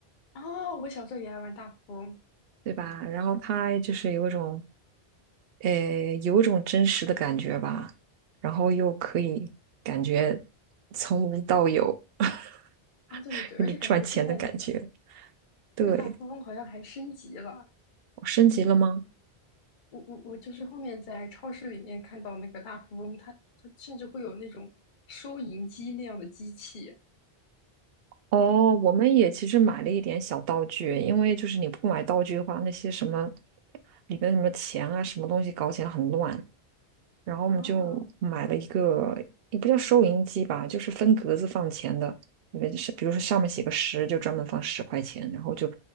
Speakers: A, on the left; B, on the right.
A: 哦，我小时候也爱玩大富翁
B: 对吧？然后它就是有一种，呃，有一种真实的感觉吧，然后又可以感觉从无到有，<laughs>
A: 啊，对对对，
B: 跟着赚钱的感觉。
A: 而且感觉现在那个
B: 对，
A: 那个大富翁好像还升级了，
B: 我升级了吗？
A: 我我我就是后面在超市里面看到那个大富翁，他他甚至会有那种收银机那样的机器
B: 哦，我们也其实买了一点小道具，因为就是你不买道具的话，那些什么里边什么钱啊，什么东西搞起来很乱。然后我们就买了一个，
A: 啊。
B: 也不叫收银机吧，就是分格子放钱的，因为是比如说上面写个十，就专门放十块钱，然后就